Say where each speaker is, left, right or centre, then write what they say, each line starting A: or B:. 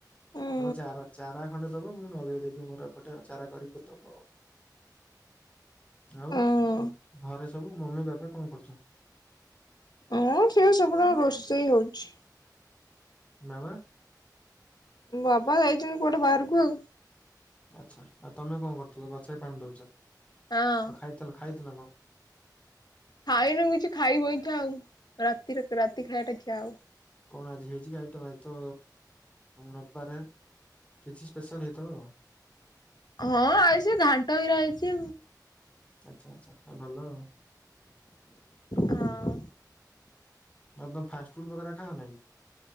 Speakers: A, on the left; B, on the left.
A: ଉଁ
B: ତମେ ଚାରା ଚାରା ଖଣ୍ଡେ ଦବ ମୁଁ ନଗେଇଦବି ମୋର ଏପଟେ ଚାରା କରିକି ଦବ। ଆଉ
A: ଉଁ।
B: ଘରେ ସବୁ ମମି, ବାବା କଣ କରୁଛନ୍ତି?
A: ହଁ ସେ ସେପଟେ ରୋଷେଇ ହଉଛି।
B: ବାବା।
A: ବାବା ଯାଇଛନ୍ତି କୁଆଡ଼େ ବାହାରକୁ ଆଉ।
B: ଆଚ୍ଛା ଆଉ ତମେ କଣ କରୁଥିଲ ଗଛରେ ପାଣି ଦଉଚ?
A: ହଁ
B: ଆଉ ଖାଇଥିଲ ଖାଇଥିଲ କଣ?
A: ଖାଇନୁ କିଛି ଖାଇବୁ ଏଇ ଖୁଆଁ ଆଉ ରାତି ରେ ରାତି ଖାଇବା ଟା ଖିଆ ହବ।
B: କଣ ଆଜି ହେଇଛି କି ଆଇଟମ ଆଜି ତ ରବାରେ କିଛି ସ୍ପେଶାଲ ହେଇଥିବ।
A: ହଁ ଆଜି ସେ ଘାଣ୍ଟ ହେରା ହେଇଛି।
B: ଆଚ୍ଛା ଆଚ୍ଛା ଏ ଭଲ ଆଉ।
A: ହଁ
B: ଆଉ ତମେ ଫାଷ୍ଟଫୁଡ ବଗେରା ଖାଅ ନା କି?